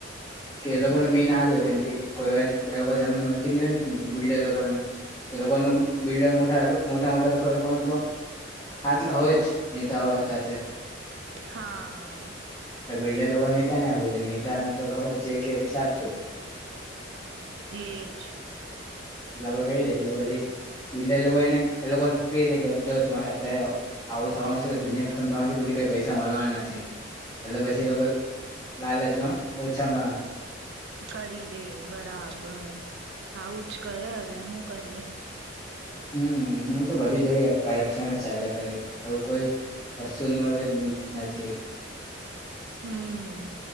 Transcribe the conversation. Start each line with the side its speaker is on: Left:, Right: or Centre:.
Left: કે એ લોકોને મેઇન હાથ હોય કેમ કે કોઈ વા લોકો જમીન મળતી ન હોય કે બિલ્ડર લોકોને એ લોકો બિલ્ડર મોટા મોટા મોટા લોકો એ લોકોને તો હાથ હોય જ નેતાઓ સાથે.
Right: હા
Left: બિલ્ડર લોકો નેતાને આપી ડે ને <unintelligible> જે કેતી સાચું
Right: એજ
Left: એ લોકો કહી દે એટલે પછી બિલ્ડર લોકો એને એ લોકો કહી દે કે જો તમારે અત્યારે આવું થવાનું છે તો દુનિયા ખતમ થવાની છે પછી કઈ પૈસા મળવાના નથી. એટલે પછી એ લોકો લાલચમાં ઓછામાં
Right: કરી દે બરાબ બ આવું જ કરે હવે હું. કરીએ
Left: હમ હું તો બધી જગ્યાએ કરપ્શન ચાલ્યા કર એવું કોઈ વસ્તુ ની મળે નથી
Right: હમ